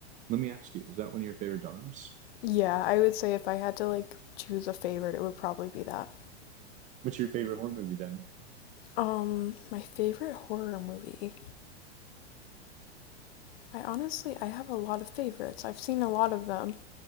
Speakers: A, on the right; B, on the left.
A: let me ask you, is that one of your favorite genres?
B: Yeah, I would say if I had to like choose a favorite, it would probably be that.
A: What's your favorite horror movie then?
B: Um, my favorite horror movie. I honestly, I have a lot of favorites. I've seen a lot of them.